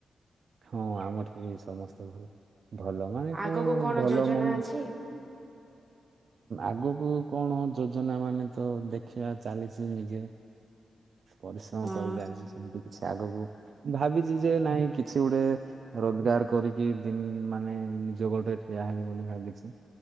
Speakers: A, on the right; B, on the right.
A: ହଁ ଆମଠି ବି ସମସ୍ତେ ଭଲ। ଭଲ ମାନେ
B: ଆଗକୁ
A: କଣ ଭଲ
B: ଯୋଜନା
A: ମ
B: ଅଛି?
A: ଆଗକୁ କଣ? ଯୋଜନା ମାନେ ତ ଦେଖିବା ଚାଲିଚି ନିଜେ ପରିଶ୍ରମ
B: ହଁ
A: କରିକି ଆଛି ସେମିତି କିଛି ଆଗକୁ ଭାବିଚି ଯେ ନାଇଁ କି କିଛି ଗୋଟେ ରୋଜଗାର କରିକି ଦିନ ମାନେ ନିଜ ଗୋଡରେ ଠିଆ ହେବି ବୋଲି ଭାବିଚି।